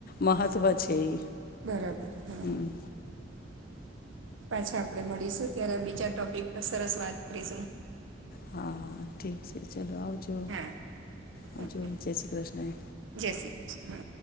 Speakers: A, on the left; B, on the right.
A: મહત્ત્વ છે એ
B: બરાબર હમ
A: હા
B: પાછા આપણે મળીશું ત્યારે બીજા ટોપિક પર સરસ વાત કરીશું
A: હા હા ઠીક છે ચાલો આવજો
B: હા
A: આવજો
B: ઓકે
A: જય શ્રી કૃષ્ણ
B: જય શ્રી કૃષ્ણ હા